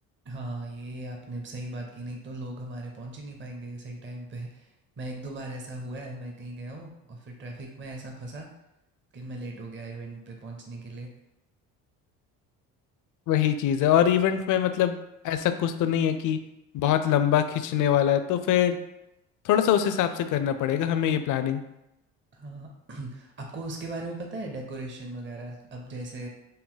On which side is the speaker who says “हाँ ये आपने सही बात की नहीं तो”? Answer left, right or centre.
Right